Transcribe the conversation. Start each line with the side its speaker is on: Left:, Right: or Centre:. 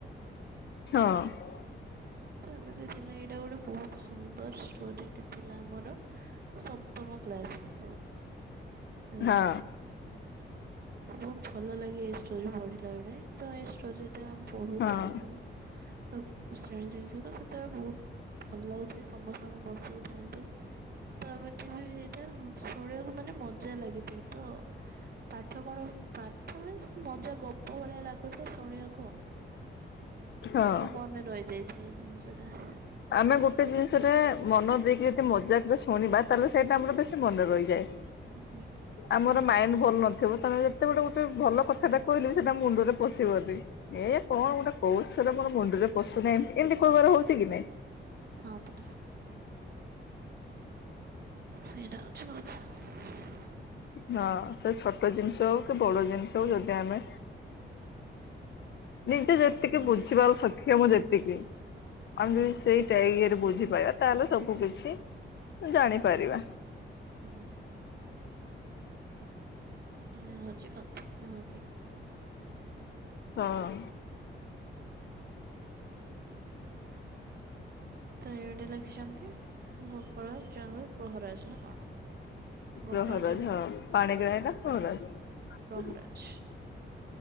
Left: ହଁ
Right: ତ ଏମେତି ଥିଲା ଏଇଟା ଗୋଟେ ବହୁତ ସୁନ୍ଦରଷ୍ଟୋରି। ସେଟ ଥିଲା ଆମର ସପ୍ତମ କ୍ଲାସ ରେ। ଜଣ
Left: ହଁ।
Right: ତ ବହୁତ ଭଲ ଲାଗେ ଏଇ ଷ୍ଟୋରି ବଢିଲା ବଳେ ତ ଏଇ ଷ୍ଟୋରି ପଢୁଥିଲ
Left: ହଁ
Right: ଆମର ଶ୍ରେଣୀ ଶିକ୍ଷକ ସେତେବେଳେ ବହୁତ ଭଲ ଲାଗୁଥାଏ ସମସ୍ତଙ୍କୁ ବସେଇଥାନ୍ତି ତ ଏମିତି ବି ହେଇଥାଏ ଶୁଣିବାକୁ ମାନେ ମଜା ଲାଗିଥାଏ ତ ପା ତୁ କଣକି ପାଠ ମଜା ଗପ ଭଳିଆ ଲାଗୁଥାଏ ଶୁଣିବାକୁ ଆଉ।
Left: ହଁ।
Right: ତ ମନେ ରହିଯାଇଥାଏ ଜିନିଷ ତଟା
Left: ଆମେ ଗୋଟେ ଜିନିଷଟରେ ମନ ଦେଇକି ଯଦି ମଜାକରେ ଶୁଣିବା ତାହେଲେ ସେଇଟା ଆମର ବେଶି ମନେ ରହିଯାଏ।
Right: ହୁଁ।
Left: ଆମର ମାଇଣ୍ଡ ଭଲ ନଥିବ ତମେ ଯେତେବେଟ ଗୋଟେ ଭଲ କଥା ଟା କହିଲେ। ସେଟା ମୁଣ୍ଡରେ ପଶିବନି ଏ କଣ
Right: ହୁଁ
Left: ଗୋଟେ କହୁଚି ସେଟା ମର ମୁଣ୍ଡରେ ପଶୁନାଇ ଏମିତି କହବାର ହଉଛି କି ନାଇଁ।
Right: ହଁ ପରା। ସେଇଟା ଅଛି। <unintelligible>
Left: ହଁ ସେ ଛୋଟ ଜିନିଷ ହଉ କି ବଡ ଜିନିଷ ହଉ ଯଦି ଆମେ ନିଜେ ଯେତିକି
Right: ହୁଁ
Left: ବୁଝିବାର ଶକ କ୍ଷମ ଯେତିକି। ଆମେ
Right: ହୁଁ
Left: ସେଇଟା ଇଏରେ ବୁଝେ। ପାରିବା ତାହେଲେ ସବୁ କିଛି ଜାଣିପାରିବା।
Right: ହୁଁ। ଏୟା ହଉଛି କଥା ନୁହଁ କି।
Left: ହଁ।
Right: ତ ଏଇଟା ଲେଖିଛନ୍ତି। ଗୋପାଳ ଚହଲ୍ ପ୍ରହରାଜ ନା କଣ। ଗୋପାଳ
Left: ପ୍ରହରାଜ
Right: ଚନ୍ଦ
Left: ହଁ ପାଣିଗ୍ରାହି ନା ପ୍ରହରାଜ।
Right: ପ୍ରହରାଜ